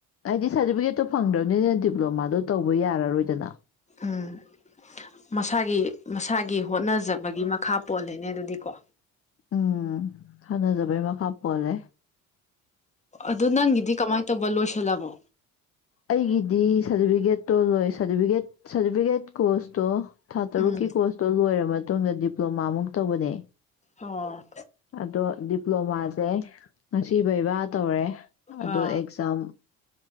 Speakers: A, on the left; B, on the left.
A: ꯍꯥꯏꯗꯤ ꯁꯥꯔꯇꯤꯐꯤꯀꯦꯠꯇꯣ ꯐꯪꯗ꯭ꯔꯕꯅꯤꯅ ꯗꯤꯄ꯭ꯂꯣꯃꯥꯗꯣ ꯇꯧꯕ ꯌꯥꯔꯔꯣꯏꯗꯅ
B: ꯎꯝ ꯃꯁꯥꯒꯤ ꯃꯁꯥꯒꯤ ꯍꯣꯠꯅꯖꯕꯒꯤ ꯃꯈꯥ ꯄꯣꯜꯂꯤꯅꯦ ꯑꯗꯨꯗꯤꯀꯣ
A: ꯎꯝ ꯍꯅꯖꯕ ꯃꯈꯥ ꯄꯣꯂꯦ
B: ꯑꯗꯨ ꯅꯪꯒꯤꯗꯤ ꯀꯃꯥꯏꯅ ꯇꯧꯕ ꯂꯣꯏꯁꯤꯜꯂꯕꯣ
A: ꯑꯩꯒꯤꯗꯤ ꯁꯥꯔꯇꯤꯐꯤꯀꯦꯠꯇꯣ ꯂꯣꯏꯦ ꯁꯥꯔꯇꯤꯐꯤꯀꯦꯠ ꯀꯣꯔꯁꯇꯣ ꯊꯥ ꯇꯔꯨꯛꯀꯤ
B: ꯎꯝ
A: ꯀꯣꯔꯁꯇꯣ ꯂꯣꯏꯔꯕ ꯃꯇꯨꯡꯗ ꯗꯤꯄ꯭ꯂꯣꯃꯥꯃꯨꯛ ꯇꯧꯕꯅꯦ
B: ꯑꯣ
A: ꯑꯗꯣ ꯗꯤꯄ꯭ꯂꯣꯃꯥꯁꯦ ꯉꯁꯤꯕꯩꯕꯥ ꯇꯧꯔꯦ ꯑꯗꯣ
B: ꯑꯥ
A: ꯑꯦꯛꯖꯝ